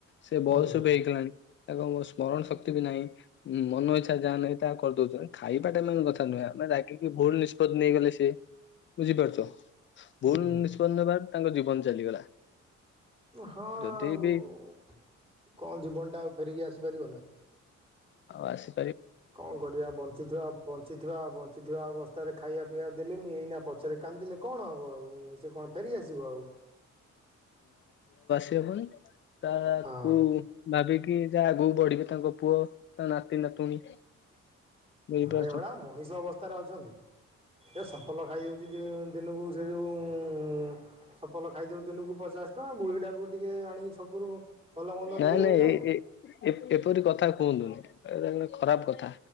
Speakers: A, on the left (about 40°); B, on the right (about 20°).
A: ସେ ବୟସ
B: ହୁଁ
A: ବି ହେଇଗଲାଣି ତାକୁ କଣ ବୟସ ସ୍ମରଣ ଶକ୍ତି ବି ନାହିଁ, ମନ ଇଚ୍ଛା ଯାହା ନାହିଁ ତାହା କରିଦଉଛନ୍ତି। ଖାଇବାଟା ମେନ୍ କଥା ନୁହେଁ ଆମେ ରାଗିକି ଭୁଲ ନିଷ୍ପତ୍ତି ନେଇଗଲେ ସିଏ ବୁଝିପାରୁଛ
B: ହୁଁ
A: ଭୁଲ ନି ତାଙ୍କ ଜୀବନ ଚାଲିଗଲା।
B: ହଁ
A: ଯଦି
B: ଆଉ
A: ବି
B: କଣ ଜୀବନଟା ଆଉ ଫେରିକି ଆସିପାରିବ ନା।
A: ଆଉ ଆସି
B: କଣ କରିବା ବଞ୍ଚିଥିବା ବଞ୍ଚିଥିବା ବଞ୍ଚିଥିବା ଅବସ୍ଥାରେ ଖାଇଆ ପିଇଆ ଦେଲେନି, ଏଇନା ପଛରେ କାନ୍ଦିଲେ କଣ ହବ ଆଉ। ସେ କଣ ଫେରି ଆସିବ ଆଉ।
A: ହବନି ତାକୁ
B: ହଁ
A: ଭାବିକି ଯାହା ଆଗକୁ ବଢିବେ ତାଙ୍କ ପୁଅ, ତାଙ୍କ ନା ନାତି ନାତୁଣୀ ବୁଝିପାରୁଛ
B: ହଁ ଏଗୁଡ଼ା ମଣିଷ ଅବସ୍ଥାରେ ଅଛନ୍ତି। ଏ ସଫଲ ଖାଇଯାଉଛି ଦି-ଦିନକୁ ସେ ଯୋଉ ଉମ୍ ସଫଲ ଖାଇଦେଉଚି ଦିନକୁ ପଚାଶ ଟଙ୍କା, ବୁଢୀଟାକୁ ଟିକେ ଆଣି ଛକରୁ ଭଲ ମନ୍ଦ
A: ନାଇଁ
B: ଦେଲେ
A: ନାଇଁ
B: ନାହିଁ
A: ଏଇ ଏଇ ଏପ-ଏପରି କଥା କୁହନ୍ତୁନି। ଏଇରା ହେଲା ଖରାପ କଥା।